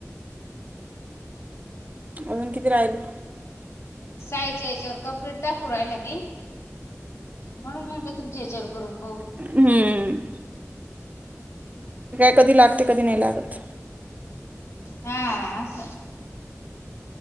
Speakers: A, on the right; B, on the left.
A: अजून किती राहिले
B: साईज याच्यावर कंप्लीट दाखवू राहिल ती, म्हणून मी तुमच्या हेचेवर करून पाहू
A: हम्म <inaudible> कधी लागते कधी नाही लागत
B: हा आस